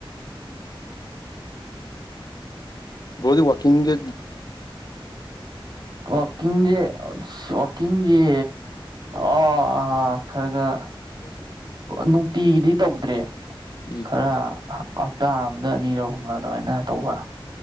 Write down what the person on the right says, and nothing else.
ꯋꯥꯀꯤꯡꯖꯦ ꯑꯁ ꯋꯥꯛꯀꯤꯡꯁꯦ ꯑꯣ ꯈꯔꯥꯈꯔꯥ
ꯅꯨꯡꯇꯤꯒꯤꯗꯤ ꯇꯧꯗ꯭ꯔꯦ
ꯈꯔ ꯍꯞꯇꯥ ꯑꯝꯗ ꯑꯅꯤꯔꯛ ꯑꯍꯨꯝꯂꯛ ꯑꯗꯨꯃꯥꯏꯅ ꯇꯧꯕ